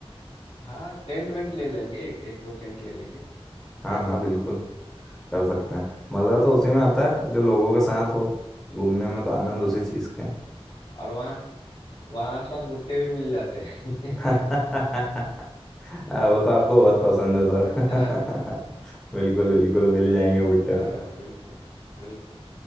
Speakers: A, on the left; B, in the centre.
A: हाँ टेंट वेंट ले लेंगे एक एक दो टेंट ले लेंगे
B: हाँ
A: क्या बोलते
B: हाँ बिल्कुल
A: हो
B: कर सकते हैं मज़ा तो उसी में आता है जो लोगों के साथ हो घूमने में तो
A: हाँ
B: आनंद
A: आराम
B: उसी चीज़
A: से
B: का है
A: और वहाँ वहाँ आसपास भुट्टे भी मिल जाते हैं
B: <laughs> हाँ,
A: <laughs>
B: वो तो आपको बहुत पसंद है सर
A: है ना
B: <laughs> बिल्कुल बिल्कुल मिल जाएंगे भुट्टे
A: हाँ
B: तो
A: बिल्कुल बिल्कुल